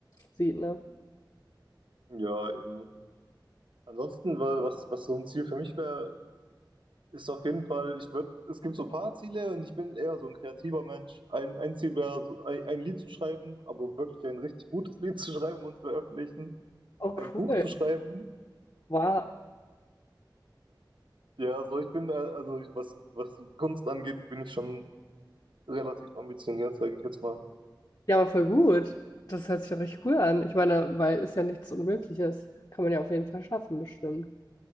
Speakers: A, on the left; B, on the right.
A: sieht, ne?
B: Ja, eben. Ansonsten, weil was, was so ein Ziel für mich wäre, ist auf jeden Fall, ich würde, es gibt so ein paar Ziele und ich bin eher so ein kreativer Mensch. Ein, ein Ziel wäre, so ein, ein Lied zu schreiben, aber wirklich ein richtig gutes Lied <laughs> zu schreiben und zu veröffentlichen.
A: Oh,
B: Ein
A: cool.
B: Buch zu schreiben.
A: Wow.
B: Ja, so ich bin, äh, also ich, was, was Kunst angeht, bin ich schon relativ ambitioniert, sage ich jetzt mal.
A: Ja, aber voll gut. Das hört sich ja richtig cool an. Ich meine, weil ist ja nichts Unmögliches. Kann man ja auf jeden Fall schaffen, bestimmt.